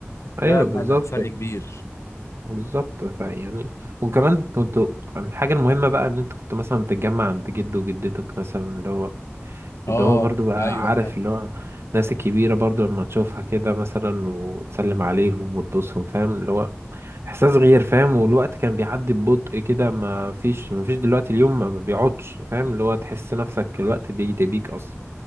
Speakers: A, on the left; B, on the right.
A: لا
B: ايوه
A: لا
B: بالظبط
A: لا فرق كبير
B: بالظبط فيعني وكمان كنتوا الحاجة المهمة بقى ان انت كنت مثلا بتتجمع عند جد وجدتك مثلا اللي هو
A: اه
B: اللي هو برضو بقى
A: ايوه
B: عارف
A: فعلا
B: اللي هو الناس الكبيرة برضو لما تشوفها كده مثلا وتسلم عليهم وتبوسهم فاهم اللي هو احساس غير فاهم والوقت كان بيعدي ببطء كده ما فيش ما فيش دلوقتي اليوم ما بيقعدش فاهم اللي هو تحس نفسك الوقت بيجري بيك اصلا